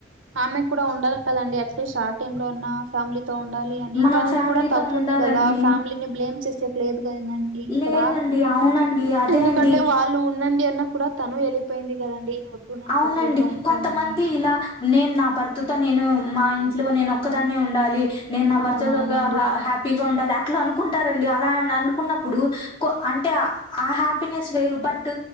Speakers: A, on the right; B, on the left.
A: ఆమె కూడా ఉండాలి కదండి అట్లీస్ట్ ఆ టైం లో ఉన్న ఫ్యామిలీతో ఉండాలి కానీ
B: మనం
A: తనది
B: ఫ్యామిలీతో
A: కూడా తప్పు
B: ఉండాలని
A: ఉంది కదా ఫ్యామిలీని బ్లేమ్ చేసేకి లేదు కదండి ఇక్కడ
B: లేదండి అవునండి అదే
A: ఎందుకంటే
B: అండి
A: వాల్ ళ్ళు ఉండండి అన్నా కూడా తను వెళ్ళిపోయింది కదండి నేను
B: అవునండి
A: సపరేట్ గా ఉంటానని
B: కొంతమంది ఇలా నేను నా భర్తతో నేను మా ఇంట్లో నేను ఒక్కదాన్నే ఉండాలి నేన్ నా భర్త
A: అవునవునండి
B: తొగ హా హ్యాప్ పిగా ఉండాలి అట్లా అనుకుంటారండి అలా అనుకున్నప్పుడు అంటే ఆ హాప్ పినెస్ వేరు బట్